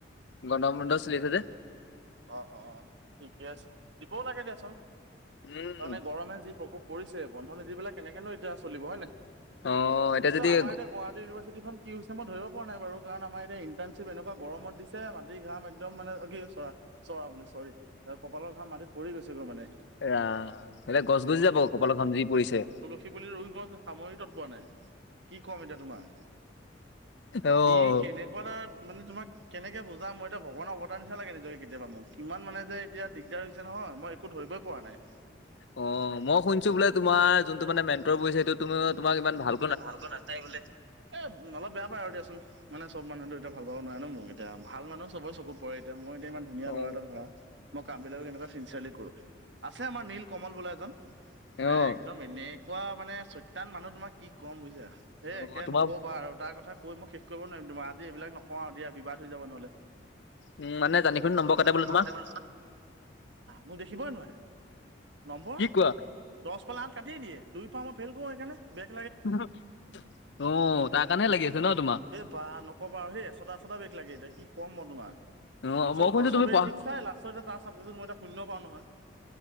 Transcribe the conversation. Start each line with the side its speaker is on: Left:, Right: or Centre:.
Left: গন্ধ মোন্ধ চলি খোজে
Right: অঁ অঁ অঁ ঠিকে আছে দিবও লাগে দিয়াচোন
Left: উম
Right: তাৰমানে গৰমে যি প্ৰকোপ পৰিছে বন্ধ নিদ পেলাই কেনেকৈনো এতিয়া চলিব হয়নে
Left: অ এতিয়া
Right: কিন্তু
Left: যদি
Right: আমাৰ এতিয়া গুৱাহাটী ইউনিভাৰ্চিটিখন কিমত ধৰিব পৰা নাই বাৰ কাৰণমাৰ এতি ইটাৰ্শ্বপ এনেকুৱ গৰমত দি মাটিৰ ঘাম একদম মানে কি চৰা চৰা বুলিো চৰি কপালৰ ঘাম মাটিত পৰি গৈছেগৈ মানে
Left: ৰাম সেলে গছ গছি যাব কপালৰ খাম জৰি পৰিছে
Right: সেই বুলি ৰই মই সামৰি তৎপ নাই কি ক'ম এতিয়া তোমাক
Left: অ'।
Right: ই কেনেকুৱা এ মানে তোম কেকে বুজাম মই এতিয়া ভগৱানৰ অৱতাৰ নিচা লাগে নিজকে কেতিয়াবা মোক কিমান মানে যে এতিয়া দিগদাৰ হৈছে নহয় মই একো ধৰিবই পৰা নাই
Left: অ মই শুছো বোলে তোমাৰোনটো মানে মেণ্টৰ পুছে সেইটো ত তোমাৰ ইমান ভাল
Right: ভালকৈ নাাটায় বোলে এ অলপ বেয়া পায় আৰু দিয়াচোন মানে চব মানুহটো এ ভাল পাব নোৱাৰে ন মোক এতিয়া ভাল মানুহ চবৰে চকুত পৰে এতি মই এতি ইমান ধুীয়া
Left: অ',
Right: লৰা এটা ধৰা মই কামবিলাকো কেনেকুৱা চিনচিয়াৰলি কৰোঁ আছে আমাৰ নীল কমল বোলা এজন তেওঁ
Left: অ',
Right: একদম এনেই এোৱা মানে ছৈান মানুহ তোমাৰ কি কম বুজছা এই
Left: অ'
Right: একে
Left: তোমাৰ
Right: নকবা আৰু তাৰ কথা কৈ মই শেষ কৰিব নোৱাৰিম তোাৰ আজি এইবিলাক নকওঁ দিয়য়াবাদ হৈ যাব নহ'লে
Left: উম, মানে জানি শুনি কাটে বোলে
Right: নম্বৰ
Left: তোমাৰ
Right: কাহ মোক দেখিবই নোৱাৰে নম্বৰ,
Left: কি কোৱা?
Right: দহ পালে আঠ কাটিয়েই দিয়ে দুই পাওঁ মই ফেইল কৰো সেইকাৰণে বে
Left: অ' তাৰ কাৰণেহে লাগি আছে ন তোমাৰ।
Right: বাহ নকবা আৰু হেই ছটা ছটা বেক লাগে এতিয়া কি ক'ম মই তোমাক,
Left: অ',
Right: চব
Left: মই শুনিছো
Right: বা চবেই
Left: তুমি পঢ়া
Right: ঠিক চাই লা <unintelligible> তাৰ চাবজেকটোত মই শূন্য পাওঁ নহয়।